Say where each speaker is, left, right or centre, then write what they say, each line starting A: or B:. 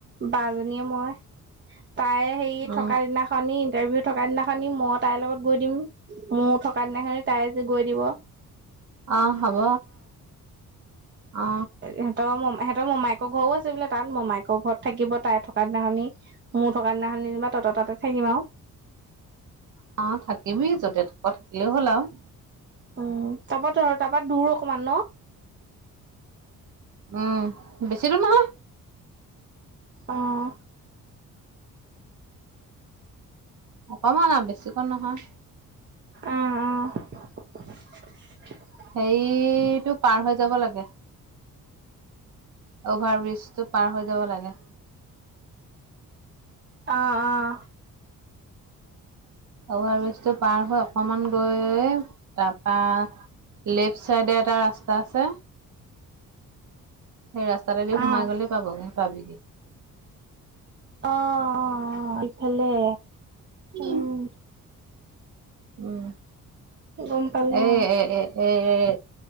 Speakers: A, on the right; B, on the right.
A: বা জনীয়ে মই তাই সে থকা
B: উম
A: দিনাখনি ইন্টাৰভিউ- থকা দিনাখনি মই তাইৰ লগত গৈ দিম মোৰ থকা দিনাখনি তাই যে গৈ দিব।
B: অ হ'ব। অ
A: এ। ত ম সিহতৰ মমাইকৰ ঘৰো আছে বোলে তাত মমাইকৰ ঘৰত থাকিব তাই থকা দিনাখনি। মোৰ থকাৰ দিনাখন যেনে বা তহত তাতে থাকিম আউ।
B: অ থাকিবি যতে থকা থাকিলে হ'ল আউ।
A: অঁ, তাৰপৰা ত তাৰপৰা দূৰো অকমান ন?
B: উম, বেছি দূৰ নহয়।
A: অঁ।
B: অকমান আৰু বেছিকে নহয়।
A: উম উম
B: সেৰিটো পাৰ হৈ যাব লাগে। অভাৰ ব্ৰিজটো পাৰ হৈ যাব লাগে।
A: অঁ অঁ
B: অভাৰ ব্ৰিজটো পাৰ হৈ অকমান গৈ তাৰপা- লেফ্ট চাইডে এটা ৰাস্তা আছে। সেই ৰাস্তাতেদি
A: অ
B: সোমাই
A: অ
B: গলে পাবগে পাব পাবি।
A: অ অঁ অ ইফালে।
B: কিম।
A: উম
B: উম
A: গম পালো
B: এই
A: অ
B: এ এ। এ এ এ,